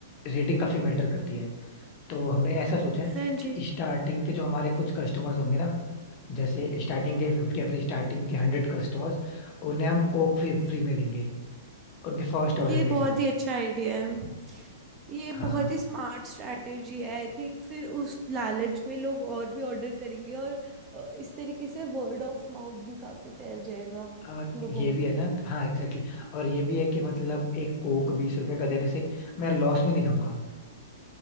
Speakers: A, on the left; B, on the right.
A: रेटिंग काफी मैटर करती है तो हमने ऐसा सोचा है
B: हाँ
A: कि
B: जी
A: स्टार्टिंग के जो हमारे कुछ कस्टमर्स होंगे ना जैसे स्टार्टिंग के फिफ्टी या फिर स्टार्टिंग के हंड्रेड कस्टमर्स उन्हें हम कोक फ्री फ्री में देंगे उनके फर्स्ट ऑर्डर
B: ये
A: के
B: बहुत
A: साथ
B: ही अच्छा आइडिया है ये
A: हाँ
B: बहुत ही स्मार्ट स्ट्रैटेजी है आई थिंक फिर उस लालच में लोग और भी ऑर्डर करेंगे और अ, इस तरीके से वर्ड ऑफ माउथ भी काफ़ी फैल जाएगा
A: और
B: लोगों
A: ये
B: में
A: भी है ना हाँ एग्जैक्टली exactly. और ये भी है कि मतलब एक कोक बीस रुपए का देने से मैं लॉस में नहीं जाऊंगा